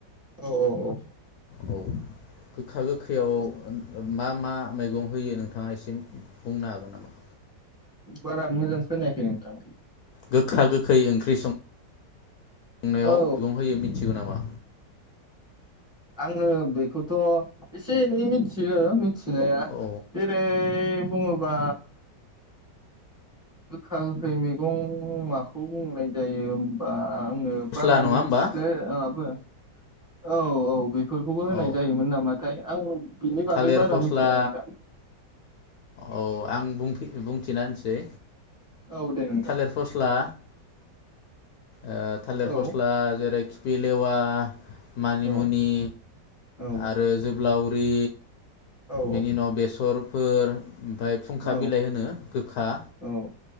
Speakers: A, in the centre; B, on the left (about 70°).
A: औ औ औ
B: औ गोखा गोखैयाव
A: औ
B: मा मा मैगं होयो नोंथाङा एसे बुंनो हागोन नामा?
A: बारा मोजां खोनाखै नोंथां
B: गोखा गोखै ओंख्रि सं बुंनायाव
A: औ
B: बिंहैयो मिथिगौ नामा?
A: आंङो बैखौथ' एसे एनै मिथियो। मिनथिनाया
B: औ
A: जेरै एसे बुङोबा गोखा गोखै मैगं माखौ बुंनाय जायो होमबा। ङो
B: फस्ला
A: बारा
B: नङा
A: मिथिलाय
B: होमबा
A: लाङाबो औ औ बे फोरखौबो होनाय
B: औ
A: जायोमोन नामाथाय? दाऔ बिनि बागै
B: थालिर
A: बारा
B: फस्ला
A: मिथिया नोंथां।
B: औ आं बुं- बुंथिनानसै
A: औ दे नोंथां
B: थालिर फस्ला ओ थालिर
A: औ
B: फस्ला जेरैखि फिलेवा मानिमुनि
A: औ औ
B: आरो जोबलाव रि
A: औ
B: बिनि उनाव बेसर फोर ओमफाय फुंखा
A: औ
B: बिलाइ होनो गोखा
A: औ